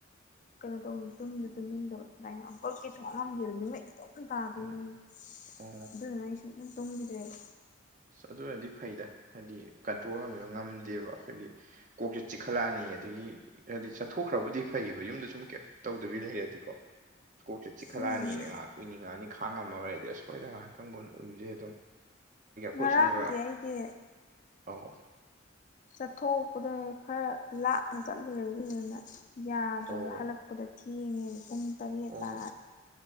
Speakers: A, on the left; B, on the right.
A: ꯀꯩꯅꯣ ꯇꯧꯅꯤ ꯇꯨꯝꯗ ꯇꯨꯝꯅꯤꯡꯗꯕ ꯑꯗꯨꯃꯅ ꯑꯪꯀꯜ ꯀꯩꯁꯨꯨꯝꯉꯝꯗꯦꯕ ꯅꯨꯃꯤꯠꯇ ꯇꯧꯅꯤ ꯄꯥꯗꯣꯏꯅꯦ
B: ꯃꯥꯅꯤ
A: ꯑꯩ
B: ꯑꯣ
A: ꯑꯗꯨꯗꯨꯅ ꯑꯩ ꯁꯨꯡ ꯇꯨꯝꯈꯤꯗ꯭ꯔꯦꯕ
B: ꯑꯗꯨ ꯑꯣꯏꯔꯗꯤ ꯐꯩꯗ ꯍꯥꯏꯗꯤ ꯀꯟꯇ꯭ꯔꯣꯜ ꯉꯝꯕ ꯉꯝꯗꯦꯕ ꯑꯩꯈꯣꯏꯗꯤ ꯀꯣꯛꯁꯦ ꯆꯤꯛꯈꯠꯂꯛꯑꯅꯤ ꯑꯗꯒꯤ ꯍꯥꯏꯗꯤ ꯆꯠꯊꯣꯛꯈ꯭ꯔꯕꯨꯗꯤ ꯐꯩꯑꯕ ꯌꯨꯝꯗ ꯁꯨꯝ ꯀꯩ ꯇꯧꯗꯕꯤꯗ ꯍꯩꯔꯗꯤꯀꯣ꯫ ꯏꯁꯀꯣꯛꯁꯦ ꯆꯛꯈꯠꯂꯛꯑꯅꯤ
A: ꯎꯝ
B: ꯉꯥꯏꯍꯥꯛ ꯑꯣꯏꯅꯤꯡ ꯅꯤ ꯈꯥꯡꯉꯝꯃꯔꯗꯤꯁꯣꯏꯗ ꯉꯥꯏꯍꯥꯛꯇꯪ ꯎꯗꯦ ꯑꯗꯨ꯫
A: ꯉꯔꯥꯡꯗꯤ
B: ꯑꯈꯣꯏꯁꯤꯅꯒ
A: ꯑꯩꯗꯤ
B: ꯑꯧ
A: ꯆꯠꯊꯣꯛꯄꯗ ꯈꯔ ꯂꯥꯞꯅ ꯆꯠꯂꯨꯔꯦꯕ ꯑꯗꯨꯗꯨꯅ ꯌꯥꯗ꯭ꯔꯕ
B: ꯑꯣ
A: ꯍꯜꯂꯛꯄꯗ ꯊꯦꯡꯉꯦꯕ ꯄꯨꯡ ꯇꯔꯦꯠ
B: ꯑꯣ
A: ꯇꯥ